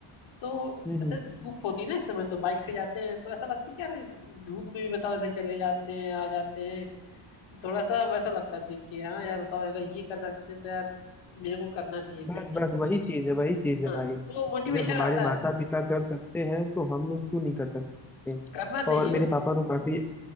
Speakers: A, on the left; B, in the centre.
A: तो
B: हम्म
A: ऐसे
B: हम्म
A: धूप होती है ना इस समय तो बाइक से जाते हैं तो ऐसा लगता है कि यार धूप में भी बताओ ऐसे चले जाते हैं आ जाते हैं थोड़ा सा वैसा लगता है देख के हाँ यार बताओ अगर ये कर सकते हैं तो यार मेरे को करना चाहिए कुछ
B: बस
A: ना
B: बस
A: कुछ
B: वही चीज है वही चीज है
A: हाँ
B: भाई
A: वो मोटिवेशन
B: जब हमारे
A: आता
B: माता
A: है अंदर
B: पिता
A: से
B: कर सकते हैं तो हम लोग क्यों नहीं कर सकते
A: करना चाहिए
B: और मेरे
A: भाई
B: पापा तो काफी